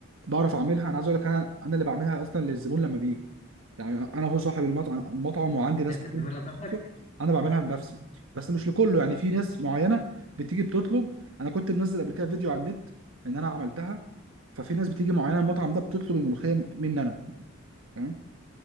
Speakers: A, on the right (about 85°); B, on the left (about 35°).
A: بعرف اعملها انا عايز اقول لك انا انا اللي بعملها اصلا للزبون لما بيجي يعني انا هو صاحب المطعم المطعم وعندي ناس
B: انت
A: كتير
B: بتعملها
A: متخصصه
B: بنفسك
A: انا بعملها بنفسي بس مش لكله يعني في ناس معينه بتيجي بتطلب انا كنت منزل قبل كده فيديو على النت ان انا عملتها ففي ناس بتيجي معينه المطعم ده بتطلب الملوخيه مني انا فاهم